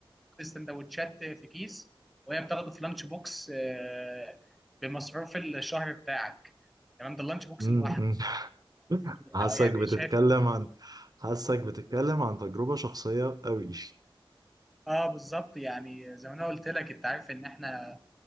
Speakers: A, in the centre; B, on the right.
A: السندوتشات في كيس وهي بتاخده في لانش بوكس آه، بمصروف الشهر بتاعك تمام ده اللانش بوكس
B: م-
A: لوحده
B: م. <laughs>
A: يعني
B: حاسك
A: آه، يعني
B: بتتكلم
A: شايف
B: عن حاسك بتتكلم عن تجربة شخصية قوي
A: اه بالظبط يعني زي ما انا قلت لك انت عارف ان احنا